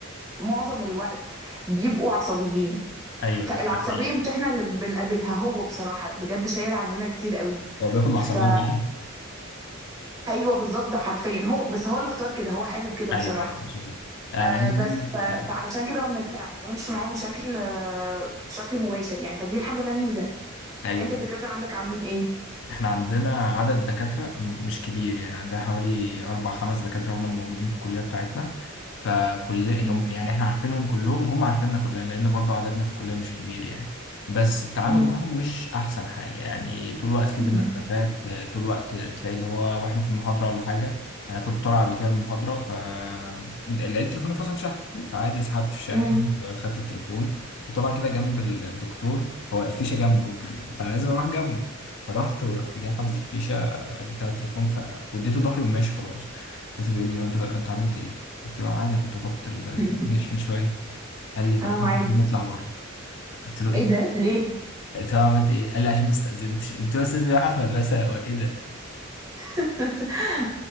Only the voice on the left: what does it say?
ايوه
ده ده حقيقي
هو بياخد العصبية
لوحده
ايوه
ايوه مظبوط انا
عايز
اقول
لك
ايوه
احنا عندنا عدد دكاترة م- مش كبير يعني عندنا حوالي أربع خمس دكاترة هم الموجودين في الكلية بتاعتنا فكل
هم يعني احنا عارفينهم كلهم وهم عارفيننا كلنا لأن برضو عددنا في الكلية مش كبير يعني بس التعامل
معاهم مش أحسن حاجة يعني طول الوقت في
بينا خلافات آه، طول الوقت تلاقي اللي هو واحنا في المحاضرة ولا حاجة أنا كنت طالع قبل كده المحاضرة ف لقيت تليفوني فصل شحن فعادي سحبت الشاحن
وخدت التليفون وطلع كده جنب الدكتور هو الفيشة جنبه فأنا لازم أروح جنبه فرحت ورحت جاي حاطط الفيشه بتاع التليفون ف واديته ظهري وماشي خلاص لقيته بيقول لي هو انت انت عملت ايه؟ قلت له عادي انا كنت بحط التليفون
يشحن شويه قال لي طب
خد
التليفون واطلع بره قلت له ايه؟
قلت له عملت ايه؟ قال لي عشان ما استاذنتش قلت له استاذن رايحه في مدرسه هو ايه ده؟